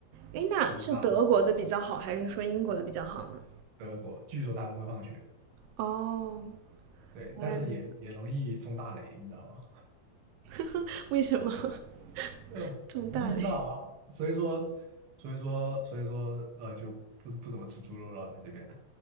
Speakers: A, on the right; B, on the right.
A: 诶，那是德国的比较好，
B: 抽大
A: 还是说英国的比较好呢？
B: 德国，据说他们会放血，
A: 哦，
B: 对，
A: 原来如此。
B: 但是也也容易中大雷，你知道吗？
A: <laughs> 为什么
B: <laughs>
A: <laughs>
B: 呃，
A: 这么大嘞？
B: 我不知道啊，所以说，所以说，所以说，呃，就不不怎么吃猪肉了，来这边，